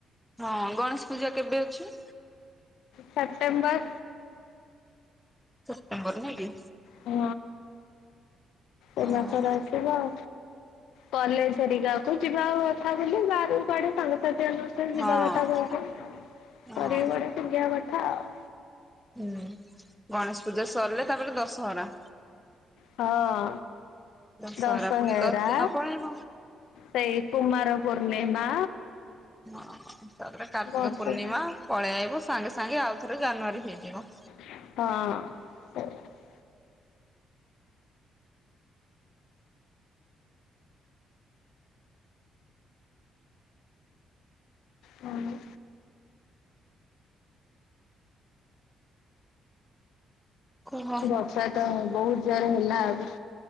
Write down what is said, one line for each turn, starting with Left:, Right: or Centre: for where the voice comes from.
Centre: ହଁ ଗଣେଶ ପୂଜା କେବେ ଅଛି?
Left: ସେପ୍ଟେମ୍ବର
Centre: ସେପ୍ଟେମ୍ବର ନାଁ କି?
Left: <unintelligible>
Centre: ହଁ
Left: ଏଇ ମାସରେ ଆସିବ ଆଉ। କଲେଜ ସରିକା କକୁ ଯିବା କଥା ବୁଲି ବାହାରକୁ କୁଆଡେ ସାଙ୍ଗସାଥି ମାନଙ୍କୁ ଯିବା
Centre: ହଁ
Left: କଥା କହୁଚି
Centre: ହଁ।
Left: କରିକୀ ଗୋଟେ ପିନ୍ଧିବା କଥା ଆଉ।
Centre: ହୁଁ ଗଣେଶ ପୂଜା ସରିଲେ ତାପରେ ଦଶହରା।
Left: ହଁ
Centre: ଦଶହରା
Left: ଦଶହେରା।
Centre: ପୁଣି ଦଶ ଦିନ ପଳେଇବ।
Left: ସେଇ କୁମାର ପୂର୍ଣ୍ଣିମା।
Centre: ହଁ ତାପରେ କାର୍ତ୍ତିକ
Left: ବର୍ଷ
Centre: ପୂର୍ଣ୍ଣିମା
Left: ହଁ
Centre: ପଳେଇ ଆଇବ ସାଙ୍ଗେ ସାଙ୍ଗେ ଆଉ ଥରେ ଜାନୁଆରୀ ହେଇଯିବ।
Left: ହଁ ସେଇଆ। ହୁଁ।
Centre: କୁହ
Left: ବର୍ଷା ତ ବହୁତ ଜୋର ହେଲା ଆଉ।